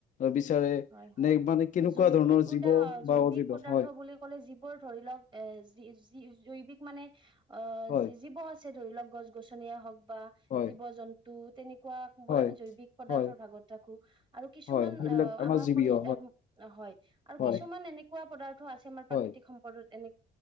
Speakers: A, on the left (about 40°); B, on the right (about 25°).
A: বিচাৰে
B: হয় হয়।
A: নে মানে কেনেকুৱা
B: জৈৱিক
A: ধৰণৰ জীৱ
B: উদাহ
A: বা
B: জৈৱিক
A: অজীৱ
B: পদাৰ্থ
A: হয়
B: বুলি ক'লে যিবোৰ ধৰি লওক এ যি যি জৈৱিক মানে অ
A: হয়
B: যি জীৱ আছে ধৰি লওক গছ গছনিয়ে হওক বা
A: হয়
B: জীৱ জন্তু তেনেকুৱা
A: হয়
B: আমি জৈৱিক পদাৰ্থৰ
A: হয়
B: ভাগত ৰাখো আৰু কিছুমান
A: হয় সেইবিলাক
B: অ
A: আমাৰ
B: হয়
A: জীৱীয়
B: আৰু
A: হয়
B: কিছুমান এনেকুৱা পদাৰ্থ আছে আমাৰ
A: হয়
B: প্ৰাকৃতিক সম্পদত এনে